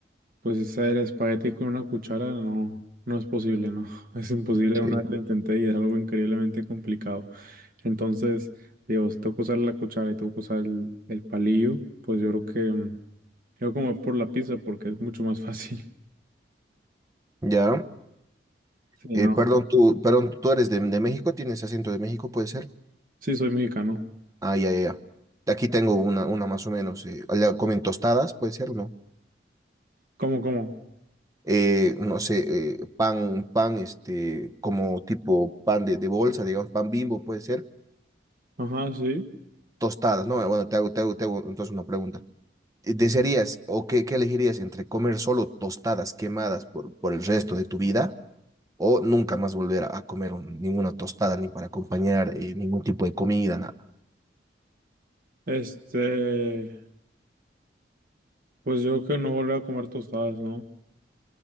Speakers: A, on the right (about 50°); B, on the right (about 20°).
A: pues hacer espagueti con una cuchara no, no es posible, ¿no? <laughs> Es imposible,
B: Sí.
A: una vez lo intenté y es algo increíblemente complicado. Entonces, digo, si tengo que usar la cuchara y tengo que usar el, el palillo, pues yo creo que mm, yo como por la pizza porque es mucho más fácil. <laughs>
B: Ya.
A: Sí,
B: Eh,
A: no,
B: perdón, tú, perdón, tú eres de, de México, tienes acento de México, puede ser.
A: sí soy mexicano.
B: Ah, ya, ya. ya. Aquí tengo una, una más o menos. eh, allá comen tostadas, puede ser o no.
A: ¿Cómo, cómo?
B: Eh, no sé, eh, pan, pan, este, como tipo pan de, de bolsa, digamos, pan Bimbo, puede ser
A: Ajá, sí.
B: tostadas, ¿no? Bueno, te hago, te hago, te hago entonces una pregunta. Eh, ¿Desearías o qué, qué elegirías entre comer solo tostadas quemadas por, por el resto de tu vida o nunca más volver a, a comer un- ninguna tostada ni para acompañar eh, ningún tipo de comida, nada?
A: Este, pues yo creo que no volver a comer tostadas, ¿no?